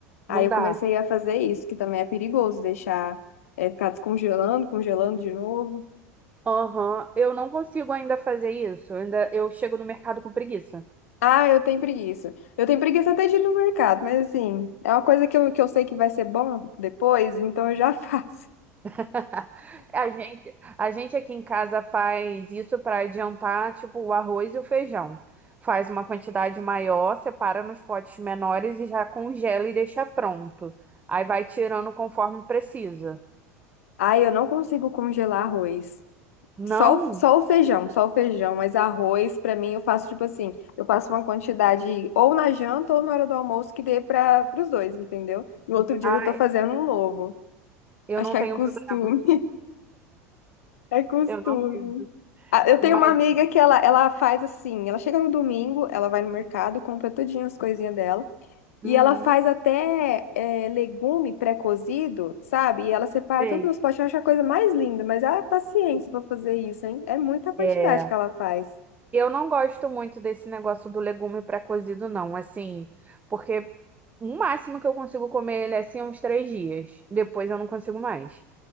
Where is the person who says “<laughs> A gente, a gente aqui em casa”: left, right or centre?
Right